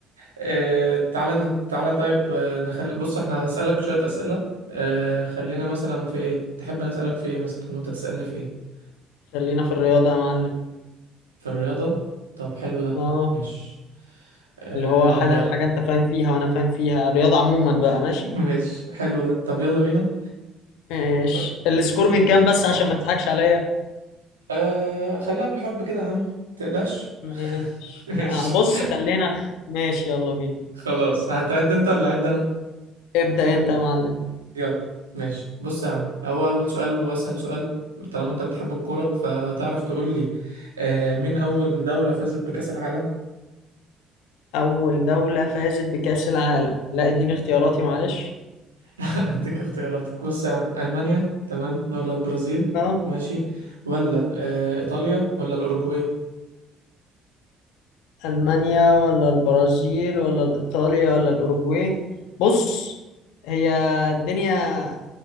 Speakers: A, on the right; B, on the left.
A: آه، تعالى ن- تعالى طيب آه، نخلي بص احنا هسألك شوية أسئلة آه، خلينا مثلا في ايه تحب نسألك في ايه مثلا وانت تسألني في ايه
B: خلينا في الرياضة يا معلم
A: في الرياضة طب حلو ده
B: أه
A: ماشي آه
B: اللي هو حاجة
A: يلا
B: حاجة أنت فاهم فيها وأنا فاهم فيها الرياضة عموما بقى ماشي
A: <laughs> ماشي حلو ده طب يلا بينا
B: ماشي
A: طيب
B: السكور من كام بس عشان ما تضحكش عليا
A: آه خليها بالحب كده يا عم تقلقش
B: ماشي
A: <laughs>
B: م-
A: ماشي
B: آه، بص خلينا خ- ماشي يلا بينا
A: خلاص هتعد انت ولا اعد انا
B: ابدأ
A: يلا
B: أنت يا معلم
A: يلا ماشي بص يا عم هو اول سؤال واسهل سؤال طالما انت بتحب الكوره فتعرف تقول لي آه مين اول دوله فازت بكاس العالم
B: أول دولة فازت بكأس العالم لا اديني اختياراتي معلش
A: <laughs> اديك اختياراتك بص يا عم المانيا تمام ولا البرازيل
B: اه
A: ماشي ولا آه ايطاليا ولا الاوروجواي
B: ألمانيا ولا البرازيل ولا إيطاليا ولا الأوروجواي بص هي الدنيا